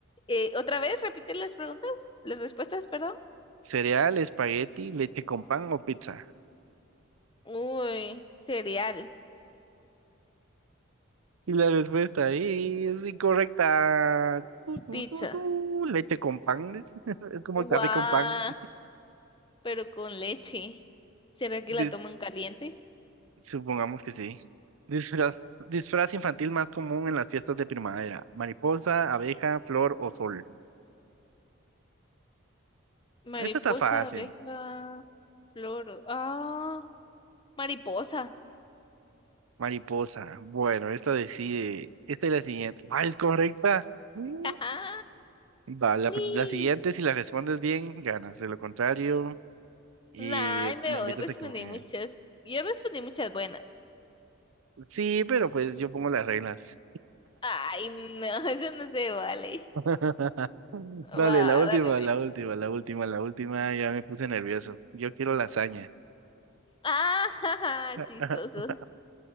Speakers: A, on the left; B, on the right.
A: eh, ¿otra vez? ¿Repite las preguntas? Las respuestas, perdón.
B: Cereal, espagueti, leche con pan o pizza.
A: Uy, cereal.
B: Y la respuesta es incorrecta. Tu, tu,
A: Pizza.
B: tu, tu. Leche con pan, dice. <laughs> Es como el café
A: Guau,
B: con pan.
A: pero con leche. ¿Será que
B: Dis-
A: la toman caliente?
B: Supongamos que sí. Disfraz, disfraz infantil más común en las fiestas de primavera. Mariposa, abeja, flor o sol.
A: Mariposa,
B: Esta está fácil.
A: abeja, flor. Ah, mariposa.
B: Mariposa. Bueno, esta decide. Esta es la siguiente. Ah, es correcta. Mm.
A: <laughs> Ajá.
B: Va, la,
A: Uy.
B: pr- la siguiente, si la respondes bien, ganas. De lo contrario, y
A: Ay, no,
B: me invitas
A: respondí
B: a comer.
A: muchas. Yo respondí muchas buenas.
B: Sí, pero pues yo pongo las reglas.
A: Ay, no, <laughs> eso no se vale.
B: <laughs> Dale,
A: Va,
B: la última,
A: dale. ve.
B: la última, la última, la última. Ya me puse nervioso. Yo quiero lasaña.
A: Ah, <laughs> jaja,
B: <laughs>
A: chistoso.